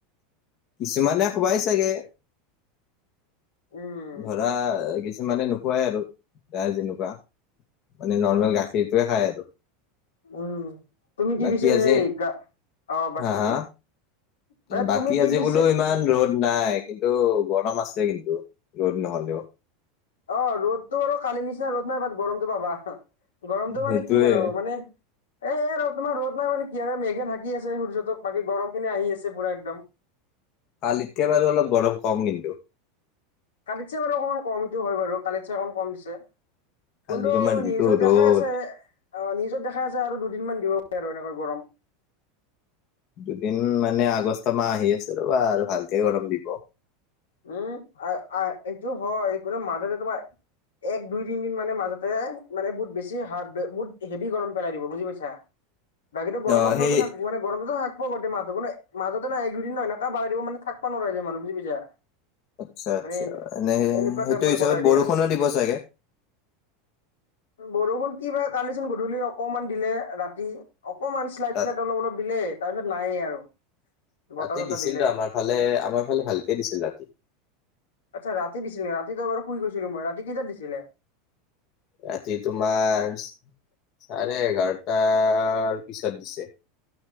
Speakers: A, on the left (about 50°); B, on the left (about 85°).
A: কিছুমানে খুৱাই চাগে।
B: উম
A: ধৰা কিছুমানে নোখোৱাই আৰু যাৰ যেনেকুৱা। মানে নৰ্মেল গাখীৰ টোৱে খায় আৰু।
B: উ তুমি কি
A: বাকী
B: পিছে
A: আজি
B: সেই গা অ বাকী
A: হা
B: কি।
A: হা
B: মানে
A: বাকী
B: তুমি কি
A: আজি
B: পিছে
A: বোলো ইমান ৰ'দ। নাই কিন্তু গৰম আছে কিন্তু ৰ'দ নহলেও।
B: অ ৰ'দতটো আৰু কালি নিচিনা ৰ'দ নাই বাট গৰমতটো পাবা। গৰমটো মানে
A: সেইটোয়ে
B: কি আৰু মানে এ আৰু তোমাৰ ৰ'দ নাই মানে। মেঘে থাকি আছে সূৰ্যটোত বাকী গৰম খিনি আহি আছে পুৰা একদম।
A: কালিতকে বাৰু অলপ গৰম কম কিন্তু।
B: কালিতচে বাৰু অকণমান কম এইটো হয় বাৰু কালিতচে অকণমান কম
A: কালি
B: কোনটো
A: তোমাৰ যিটো
B: নিউজত দেখাই
A: ৰ'দ
B: আছে, অ নিউজত দেখাই আছে আৰু দুদিন মান দিব পাৰে আৰু এনেকোৱা গৰম।
A: দুদিন মানে আগষ্ট মাহ আহি আছে ৰ'বা আৰু ভালকে গৰম দিব।
B: উম, আই -আই এইটো হয় কোনো মাজতে তোমাৰ এক, দুই, তিনদিন মানে মাজ তে মানে বহুত বেছি হাত হেভি গৰম পেলাই দিব বুজি পাইছা। বাকীতো গৰমৰ
A: অ'
B: ফলতে
A: সেই
B: থাক মানে গৰমতো থাকব গোটেই মাহতো। মাজতে ন এক দুদিন মান এনেকা বাঢ়াই দিব মানে থকব নোৱাৰা নোৱাৰা হৈ গৈছে মানুহ বুজি পাইছা।
A: আচ্ছা আচ্ছা
B: মানে
A: এনেে
B: এনেকুৱা
A: সেইটো
B: টাইপ মানে
A: হিচাপত
B: কৰাই দিয়ে
A: বৰষুণো
B: আৰু
A: দিব চাগে।
B: বৰষুণ কি বা কালিচোন গধূলি অকমান দিলে ৰাতি। অকমান শ্লাইড
A: তাত।
B: শ্লাইড অলপ অলপ দিলে তাৰপিছত নাই য়ে আৰু। বতাহ
A: ৰাতি
B: চতাহ
A: দিছিল
B: দিলে
A: তো আমাৰ ফালে আমাৰ ফালে ভালকে দিছিল ৰাতি।
B: আচ্ছা ৰাতি দিছিলে ৰাতিটো বাৰু শুই গৈছিলো মই ৰাতি কেইটাত দিছিলে।
A: ৰাতি তোমাৰ চাৰে এঘাৰ। টাৰ পিছত দিছে।